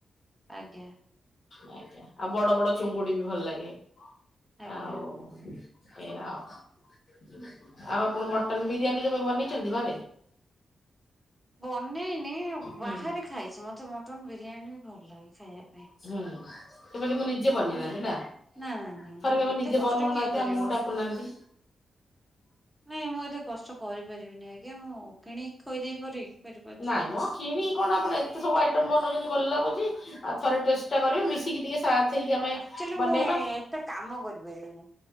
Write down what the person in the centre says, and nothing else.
ଆଜ୍ଞା
ଆଜ୍ଞା।
ବନେଇନି,
ବାହାରେ ଖାଇଛି ମତେ ମଟନ୍ ବିରିୟାନୀ‌ ଭଲ ଲାଗେ ଖାଇବାକୁ।
ନା ନା ନା
ଏତେ
କଷ୍ଟ
କିଏ କରିବ।
ନାଇଁ ମୁଁ ଏତେ କଷ୍ଟ କରିପାରିବିନି ଆଜ୍ଞା ମୁଁ କିଣିକି ଖୋଇଦେଇ ପାରି ପାରିବି ଅଛି
କି।
ଆକ୍ଚୁଆଲି
ମୁଁ ଏତେ କାମ କରିପାରିବିନି।